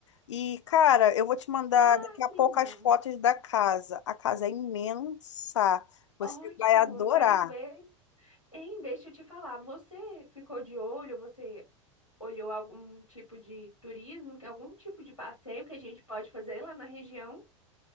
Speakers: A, on the left (about 65°); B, on the left (about 85°).
A: E, cara, eu vou te mandar
B: Ah,
A: daqui a
B: prima.
A: pouco as fotos da casa. A casa é imensa. Você
B: Ótimo,
A: vai adorar.
B: eu quero ver. Hein, deixa eu te falar, você ficou de olho, você olhou algum tipo de turismo, que- algum tipo de passeio que a gente pode fazer lá na região?